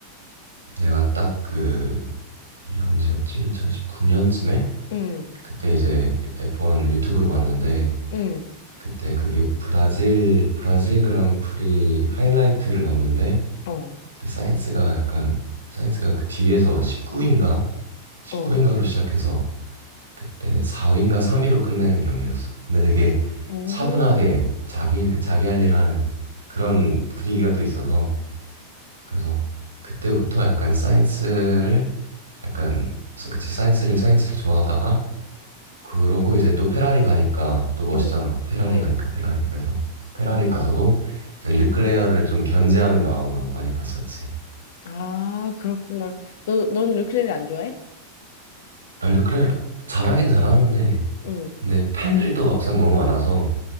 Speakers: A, on the right; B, on the left.
A: 내가 딱 그, 이 언제였지? 2019년쯤에?
B: 응.
A: 그때 이제 F1 유튜브로 봤는데,
B: 응.
A: 그때 그게 브라질, 브라질 그랑프리 하이라이트를 봤는데,
B: 어.
A: 근데 사이언스가 약간, 사이언스가 그 뒤에서 19인가? 19인가로
B: 어.
A: 시작해서 그때 4위인가 3위로 끝내는 경기였어. 근데 되게
B: 오.
A: 차분하게 자기 일- 자기 할 일 하는 그런 분위기가 또 있어서 그래서 그때부터 약간 사이언스를 약간 그치 사이언스를 사이언스를 좋아하다가 그러고 이제 또 페라리 가니까 또 멋있잖아.
B: 응.
A: 페라리
B: 어.
A: 가니까 페라리. 그래서 페라리 가서도 이제 르클레어를 좀 견제하는 마음으로 많이 봤었지.
B: 아, 그렇구나. 너 너는 르클레를 안 좋아해?
A: 아, 르클레어 잘하긴 잘하는데
B: 응.
A: 근데 팬들이 또 막상 너무 많아서